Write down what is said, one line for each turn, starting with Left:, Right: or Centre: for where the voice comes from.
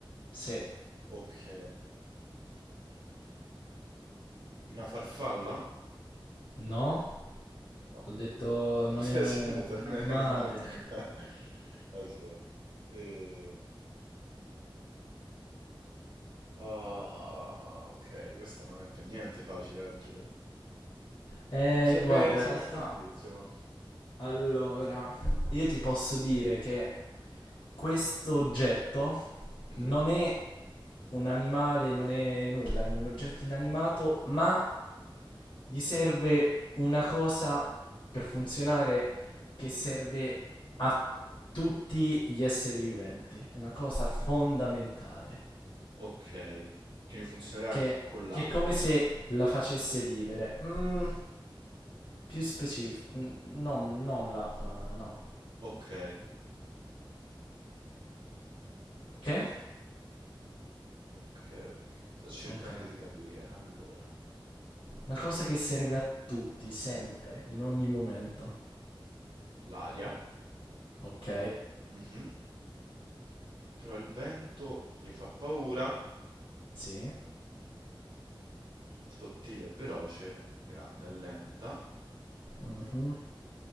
Left: Sì.
Right: Ok, una farfalla?
Left: No?
Right: No,
Left: Ho detto
Right: a parte
Left: non è
Right: <laughs> sì,
Left: un,
Right: ho detto
Left: un
Right: non
Left: animale.
Right: è un animale. <laughs> Aspetta. Ehm, Ah, ok, questo non è per niente facile. altro che-
Left: Eh,
Right: Mi serve,
Left: guarda,
Right: serve
Left: in realtà
Right: un po' un indizio, ma...
Left: Allora, io ti posso dire che questo oggetto
Right: Mhm.
Left: non è un animale, non è nulla, è un oggetto inanimato, ma gli serve una cosa per funzionare che serve a tutti gli esseri viventi, una cosa fondamentale,
Right: Ok, quindi funzionerà
Left: che,
Right: con l'acqua.
Left: che è come se la facesse vivere. Mm, più specifico, no, non l'acqua, no.
Right: Ok,
Left: Che?
Right: ok, ok. Sto cercando
Left: Ok.
Right: di capire. Allora,
Left: Una cosa che serve a tutti, sempre, in ogni momento.
Right: l'aria,
Left: Ok.
Right: Mhm. Però il vento gli fa paura
Left: Sì.
Right: Sottile e veloce, grande e lenta.
Left: Mhm.